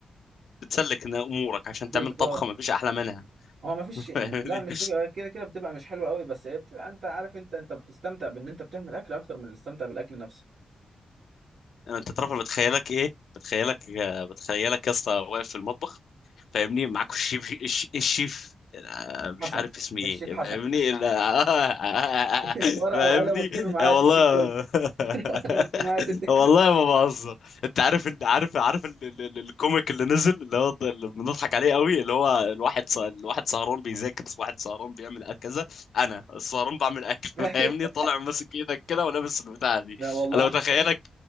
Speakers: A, on the left (about 70°); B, on the right (about 70°).
A: بتسلك إن امورك عشان
B: بالظبط
A: تعمل طبخه ما فيش احلى منها
B: هو ما فيش
A: <laughs>
B: يعني
A: فاهمني؟
B: لا مش فكره آه، كده كده بتبقى مش حلوه قوي بس هي بتبقى انت عارف انت انت بتستمتع بان انت بتعمل اكل اكتر من الاستمتاع بالاكل نفسه
A: انت تعرف أنا بتخيلك ايه بتخيلك بتخيلك يا اسطى واقف في المطبخ فاهمني معاك الشيف الش- الشيف آه، مش
B: حسن
A: عارف اسمي
B: الشيف
A: ايه
B: حسن
A: فاهمني لا، <laughs>
B: <laughs> ورقه
A: فاهمني
B: وقلم واكتبي معايا
A: آه،
B: يا ست
A: والله
B: الكل
A: <laughs>
B: انا واكتبي معايا يا ست الكل
A: والله ما بهزر انت عارف ال- عارف عارف ال- ال- ال- الكوميك اللي نزل اللي هو اللي بنضحك عليه قوي اللي هو الواحد سه- الواحد سهران بيذاكر واحد سهران بيعمل كذا انا السهران بعمل اكل <laughs>
B: <laughs>
A: فاهمني طالع ماسك ايدك كده ولابس البتاعه دي
B: لا والله
A: انا
B: حصل
A: بتخيلك